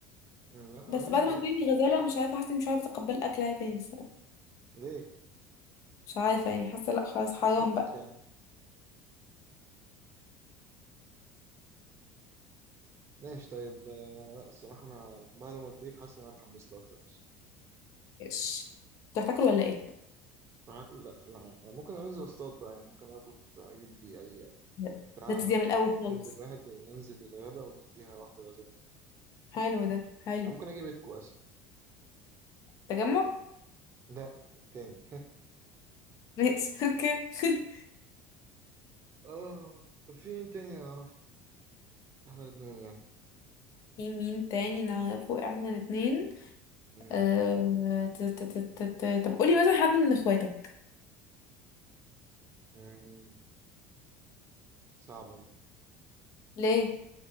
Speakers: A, on the right; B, on the left.
A: أمم، لا
B: بس
A: ماشي
B: بعد ما
A: خلاص
B: تقولي غزالة مش عارفة حاسة اني مش عارفة اتقبل اكلها تاني الصراحة
A: ليه
B: مش عارفة يعني حاسة لا خلاص حرام
A: مش اختك
B: بقى
A: يعني ماشي طيب آه، لا الصراحة انا بعد ما قلت لك حاسس ان انا اتحمست اكتر
B: ايش انتوا هتاكلوا ولا ايه؟
A: هاكل لا لا ممكن انزل اصطاد بقى يعني ممكن اربط اجيب لي اي
B: لا.
A: بتاع
B: ده تديها
A: على شكل
B: من الاول خالص
A: جلد الواحد وننزل الغابة ونديها واحدة غزالة
B: حلو ده حلو
A: أنا ممكن اجيب اتكو اصلا
B: تجمع؟
A: لا التاني
B: ماشي <laughs> اوكي <laughs>
A: <laughs> اه طب في مين تاني اعرفه احنا الاتنين يعني
B: في مين تاني نعرفه احنا الاتنين
A: مم.
B: أه... ت- ت- ت- ت- ت- طب قولي مثلا حد من اخواتك
A: مم. صعبة دي
B: ليه؟